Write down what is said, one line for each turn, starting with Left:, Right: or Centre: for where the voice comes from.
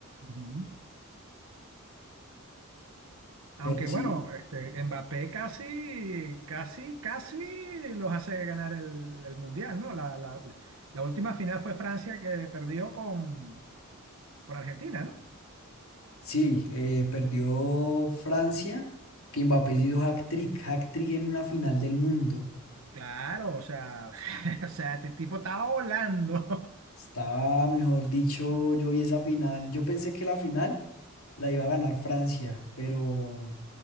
Right: Ujú. Aunque
Left: Pero sí,
Right: bueno, este, Mbappé casi, casi, casi los hace ganar el, el Mundial, ¿no? La, la- la última final fue Francia que perdió con, con Argentina, ¿no?
Left: sí, eh, perdió Francia, que Mbappé hizo hat-trick, hat-trick en una final del mundo.
Right: Claro, o sea, <laughs> o sea, este tipo estaba volando.
Left: Estaba, mejor dicho, yo vi esa final. Yo pensé que la final la iba a ganar Francia, pero,